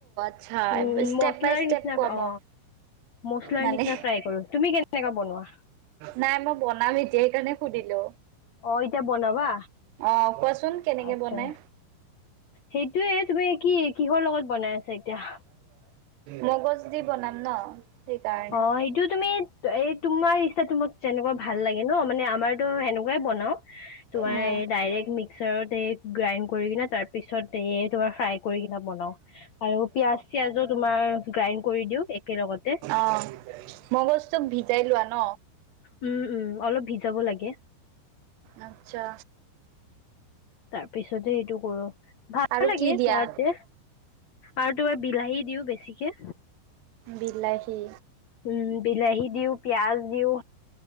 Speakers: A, on the right; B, on the left.
A: আ
B: উম
A: ষ্টেপ
B: মচলাৰ
A: বাই ষ্টেপ
B: নিচিনা
A: কোৱা
B: অ
A: মোক।
B: মচলাৰ
A: মানে
B: নিচিনা ফ্ৰাই কৰো তুমি কেনেকা বনোৱা
A: নাই মই বনাম এতিয়া সেইকাৰণে সুধ- দিলো।
B: অ এতিয়া বনাবা
A: অ কোৱাচোন কেনেকে
B: আচ্ছা
A: বনাই?
B: সেইটোয়ে তুমি কি কিহৰ লগত বনাই আছা এতিয়া?
A: মগজ দি বনাম ন? সেইকাৰণে।
B: অ সেইটো তুমি এ তোমাৰ তোমাক যেনেকুৱা ভাল লাগে ন মানে আমাৰতো এনেকুৱাই বনাও, তোমাৰ
A: উম।
B: এই ডাইৰেক্ট মিক্সাৰত এই <unintelligible> গ্ৰাইণ্ড কৰি কিনে, তাৰ পিছত এই তোমাৰ ফ্ৰাই বনাও। আৰু পিয়াজ চিয়াজোও তোমাৰ গ্ৰাইড কৰি দিও একেলগতে। <unintelligible>
A: অ মগজ তোক ভিজাই লোৱা ন?
B: উম উম অলপ ভিজাব লাগে।
A: আতচ্ছা।
B: তাৰ পিছতে সেইটো কৰো, ভাল
A: আৰু
B: লাগে
A: কি দিয়া?
B: খোৱাতে। আৰু তোমাৰ বিলাহী দিও বেছিকে।
A: বিলাহী
B: উম বিলাহী দিও, পিয়াজ দিওঁ,